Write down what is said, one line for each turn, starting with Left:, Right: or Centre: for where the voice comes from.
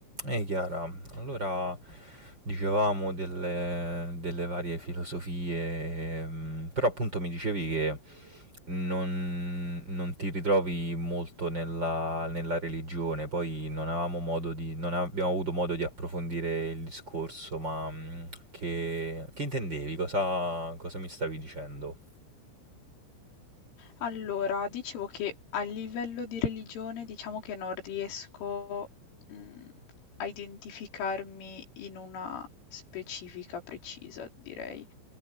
Right: Ehi Chiara, allora dicevamo delle, delle varie filosofie, ehm, però appunto mi dicevi che non, non ti ritrovi molto nella, nella religione, poi non avevamo modo di, non abbiamo avuto modo di approfondire il discorso, ma mm, che, che intendevi? Cosa, cosa mi stavi dicendo?
Left: Allora, dicevo che a livello di religione diciamo che non riesco, mhmm, a identificarmi in una specifica precisa, direi.